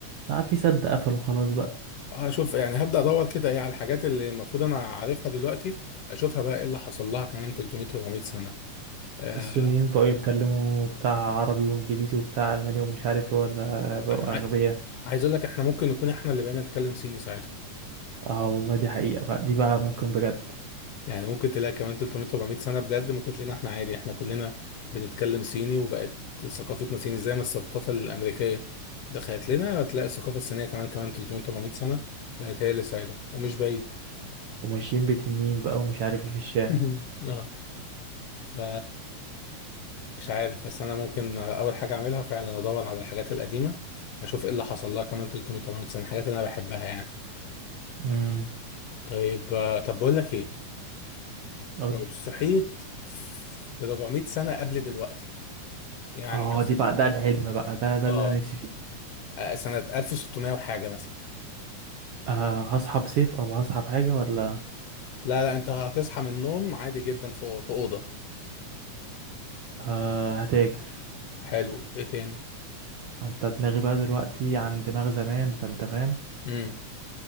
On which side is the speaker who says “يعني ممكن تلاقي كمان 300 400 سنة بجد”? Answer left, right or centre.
Left